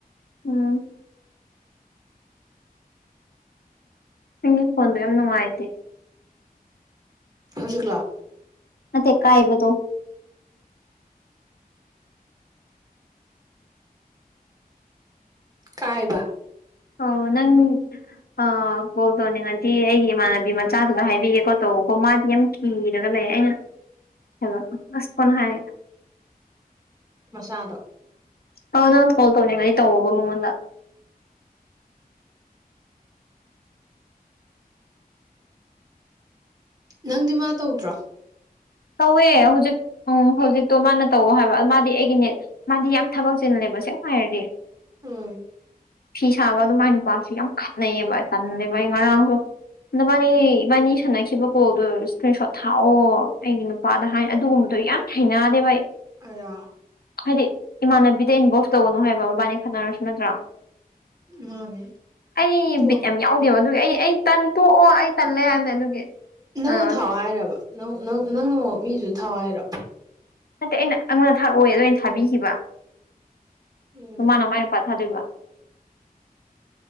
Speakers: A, on the left (about 75°); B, on the right (about 25°).
A: ꯎꯪ ꯅꯪꯒꯤꯐꯣꯟꯗꯣ ꯌꯥꯝ ꯅꯨꯡꯉꯥꯏꯇꯦ
B: ꯍꯧꯖꯤꯛꯂꯣ
A: ꯅꯠꯇꯦ ꯀꯥꯏꯕꯗꯣ
B: ꯀꯥꯌꯕ
A: ꯑꯣ ꯅꯪ ꯑꯣ ꯀꯣꯜ ꯇꯧꯅꯤꯡꯉꯗꯤ ꯑꯩꯒꯤ ꯏꯃꯥꯟꯅꯕꯤ ꯃꯆꯥꯗꯨꯗ ꯍꯥꯏꯕꯤꯒꯦꯀꯣ ꯇꯧ ꯀꯣ ꯃꯥꯗꯤ ꯌꯥꯝ ꯀꯤꯔꯒ ꯂꯩ ꯗꯩ ꯑꯩꯅ ꯍꯥꯏꯕ ꯑꯥꯁ ꯀꯣꯟꯅ ꯍꯥꯏꯔꯒꯦ
B: ꯃꯆꯥꯗꯣ
A: ꯑꯧ ꯅꯪ ꯐꯣꯟ ꯇꯧꯅꯤꯡꯉꯗꯤ ꯇꯧꯑꯕ ꯃꯉꯣꯟꯗ
B: ꯅꯪꯗꯤꯃꯥ ꯇꯧꯗ꯭ꯔꯣ
A: ꯇꯧꯋꯦ ꯍꯧꯖꯤꯛ ꯎꯪ ꯍꯧꯖꯤꯛꯇꯣ ꯃꯥꯅ ꯇꯧꯑꯣ ꯍꯥꯏꯕ ꯃꯥꯗꯤ ꯑꯩꯒꯤꯅꯦ ꯃꯥꯗꯤ ꯌꯥꯝ ꯊꯕꯛ ꯆꯤꯜꯂꯦ ꯇꯁꯦꯡꯕ ꯍꯥꯏꯔꯗꯤ
B: ꯎꯪ
A: ꯐꯤ ꯁꯥꯕꯗꯨ ꯃꯥꯏ ꯅꯨꯄꯥꯁꯦ ꯌꯥꯝ ꯈꯠꯅꯩꯌꯦꯕ ꯇꯜꯂꯦꯕ ꯑꯩ ꯉꯔꯥꯡꯗꯨ ꯅꯕꯥꯅꯤ ꯏꯕꯥꯅꯤ ꯁꯥꯟꯅꯈꯤꯕ ꯀꯣꯜꯗꯣ ꯏꯁꯀ꯭ꯔꯤꯟ ꯁꯣꯔꯠ ꯊꯥꯎꯑꯣ ꯑꯩꯒꯤ ꯅꯨꯄꯥꯗ ꯍꯥꯏ ꯑꯗꯨꯒꯨꯝꯕꯗꯣ ꯌꯥꯝ ꯍꯩꯅꯥꯗꯦꯕ ꯑꯩ
B: ꯑꯩꯌꯥ
A: ꯍꯥꯏꯗꯤ ꯏꯃꯥꯟꯅꯕꯤꯗ ꯏꯟꯚꯣꯜꯚ ꯇꯧꯒꯅꯨ ꯍꯥꯏꯕ ꯃꯕꯥꯅꯤ ꯈꯠꯅꯥꯔꯁꯨ ꯅꯠꯇ꯭ꯔꯥ
B: ꯃꯥꯅꯦ
A: ꯑꯩ
B: ꯑꯣ
A: ꯕꯤꯠꯌꯥꯝ ꯌꯥꯎꯗꯦꯕ ꯑꯗꯨꯒꯤ ꯑꯩ ꯑꯩ ꯇꯟꯇꯣꯛꯑꯣ ꯑꯩꯇꯜꯂꯦ ꯍꯥꯏꯕꯅꯦ ꯑꯗꯨꯒꯤ
B: ꯅꯪꯅꯥ
A: ꯑꯥ
B: ꯊꯥꯎ ꯍꯥꯏꯔꯤꯔꯥꯕ ꯅꯪ ꯅꯪꯅꯥ ꯃꯤꯗꯨꯗ ꯊꯥꯎ ꯍꯥꯏꯔꯣ
A: ꯅꯠꯇꯦ ꯑꯩꯅ ꯑꯩꯉꯣꯟꯗ ꯊꯥꯔꯛꯑꯣꯏ ꯑꯗꯣ ꯑꯩꯅ ꯊꯥꯕꯤꯈꯤꯕ ꯑꯗꯨ
B: ꯎꯝ
A: ꯃꯥꯅ ꯃꯥꯏ ꯅꯨꯄꯥꯗ ꯊꯗꯣꯏꯕ